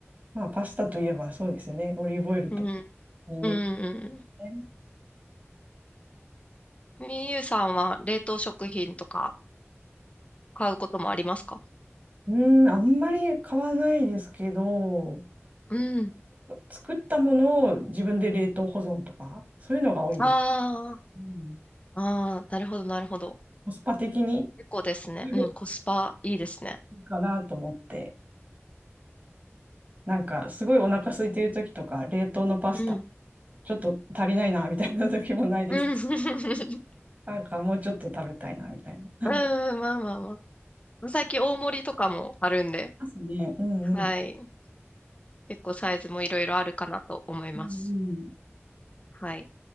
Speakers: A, on the right; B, on the left.
A: まあパスタといえばそうですよね。オリーブオイルと
B: うん。
A: ニンニク
B: うん、うん
A: ね。
B: うん。みゆうさんは冷凍食品とか買うこともありますか
A: うーん、あんまり買わないですけど、
B: うん。
A: 作ったものを自分で冷凍保存とか、そういうのが多いです。
B: あ
A: うん、
B: あ、ああ、なるほど、なるほど。
A: コスパ的に
B: 結構ですね。
A: <laughs> い
B: うん、コスパいいですね。
A: いかなと思って、なんかすごいお腹空いてる時とか、冷凍のパスタ、
B: うん。
A: ちょっと足りないなみたいな時もないです。
B: うん、<laughs>
A: なんかもうちょっと食べたいなみたいな。
B: うんまあまあまあ。最近大盛りとかもあるんで、
A: ますね。うんうん。
B: はい。結構サイズもいろいろあるかなと思います。
A: うんうん
B: はい。